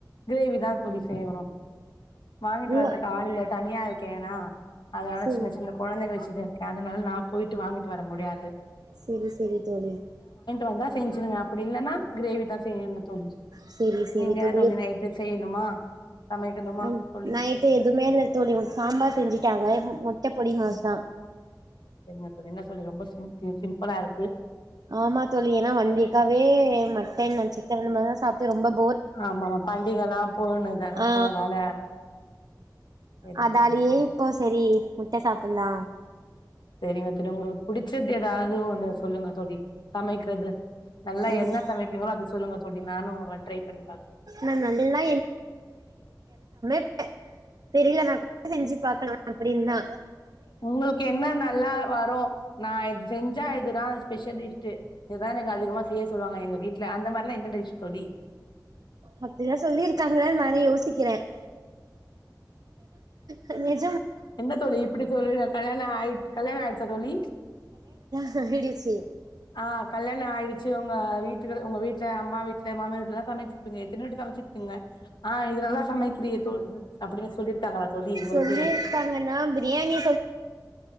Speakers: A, on the left; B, on the right.
A: கிரேவி தா தோழி செய்யணு வாங்கிட்டு
B: உங்க
A: வர்றதுக்கு ஆள் இல்ல தனியா இரு கேனா அதனால
B: செரி
A: சின்ன சின்ன கொழந்தைங்க வெச்சிட்டு கேன் அதனால நா போயிட்டு வாங்கி வர முடியாது
B: செரி செரி தோழி
A: வந்தாஸ் <unintelligible> அப்படி இல்லைன்னா கிரேவிதா செய்யணு தோழி
B: செரி செரி
A: நீங்க
B: தோழி
A: என்ன நைட்டு செய்யணுமா சமைக்கணுமா
B: அ
A: தோழி
B: நைட்டு எதுவுமே இல்ல தோழி சாம்பார் செஞ்சுட்டாங்க முட்ட பொடிமாஸ் தா
A: செரிங்க தோழி என்ன சொல்லி ரொம்ப சிம் சிம்பிளாருக்கு
B: ஆமா தோழி ஏன்னா ஒன் வீக்காவே மட்டன் அண்ட் சிக்கன் அந்தமாரிதா சாப்டு ரொம்ப போ
A: ஆமாமா பண்டிகைலா போணத
B: ஆ
A: போனதால செரிங்க
B: அதாலயே
A: தோழி செரி
B: இப்போ சரி முட்ட சாப்புல்லா
A: செரிங்க தோழி உங்களுக்கு புடிச்சது ஏதாது ஒண்ணு சொல்லுங்க தோழி சமைக்கிறது நல்லா
B: எனக்கு
A: என்ன சமைப்பீங்களோ அது சொல்லுங்க தோழி நானு ஒருவாட் ட்ரை பண்ணி பாக்குறே
B: நா நல்லா பே தெரிலனா செஞ்சு பாக்கலா அப்படின் தா
A: உங்களுக்கு என்ன நல்லா வரும் நான் இது செஞ்சா இதுதான் ஸ்பெஷலிஸ்ட்டு இதுதான் எனக்கு அதிகமா செய்ய சொல்லுவாங்க எங்க வீட்ல அந்த மாரில்லாம் என்ன டிஷ் தோழி
B: அப்பிடிலாம் சொல்லிருக்காங்கலானு நானே யோசிக்கிறேன் நேத்
A: என்ன தோழி இப்டி சொல்றீங்க கல்யாணம் ஆயிட் கல்யாணம் ஆய்டுச்சா தோழி
B: எஸ் இ டி சி
A: அஹ் கல்யாணம் ஆய்டுச்சு இது உங்க வீட்டுகள் உங்க வீட்ல அம்மா வீட்ல மாமியார் வீட்லல்லாம் சமச்சிருப்பீங்க பின்னாடி சமச்சிற்பிங்க அஹ் இது நல்லா சமைக்கிறியே தோ அப்டின்னு சொல்லிருக்காங்களா தோழி உங்களுக்கு
B: சொல்லிருக்காங்கன்னா பிரியாணி